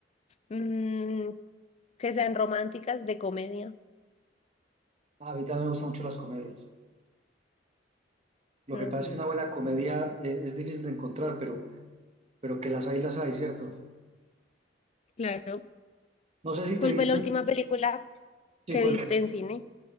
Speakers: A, on the left; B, on the right.
A: Mm, que sean románticas, de comedia.
B: Ah, a mí también me gustan mucho las comedias. Lo
A: Ok,
B: que pasa es que una buena comedia eh, es difícil de encontrar, pero, pero que las hay, las hay, ¿cierto?
A: claro.
B: No sé si
A: ¿Cuál
B: te viste,
A: fue la última película
B: sí,
A: que
B: cuéntame.
A: viste en cine?